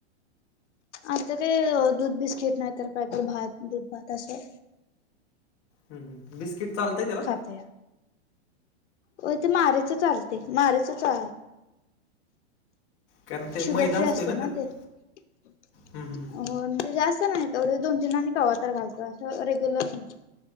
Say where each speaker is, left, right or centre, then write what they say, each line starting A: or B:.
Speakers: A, on the left; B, on the left.
A: आता काय दूध बिस्किट नाही तर काही तर भात दूध भात असं.
B: हम्म हम्म बिस्किट चालतंय त्याला?
A: खातोया होय ते मारीच चालते मारीच चा
B: कारण ते
A: शुगर
B: मैदा
A: फ्री
B: असतोय
A: असते
B: त्यात
A: ना ते म्हणजे
B: हम्म हम्म
A: जास्त नाही. तेवढे दोन तीन आम्ही कवातार घालतो असं रेग्युलर नाय